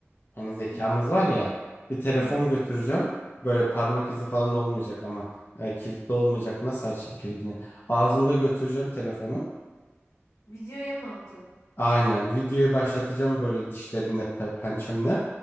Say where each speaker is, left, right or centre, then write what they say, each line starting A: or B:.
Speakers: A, on the left; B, on the left.
A: Hani zekamız
B: Hı hı.
A: var ya bir telefon
B: Evet.
A: götüreceğim. Böyle parmak izi falan olmayacak ama e, kilitli olmayacak. Nasıl açayım kilidini? Ağzımda götüreceğim telefonu.
B: Videoya mı alacağım?
A: Aynen videoyu başlatacağım böyle dişlerimle pe- pençemle.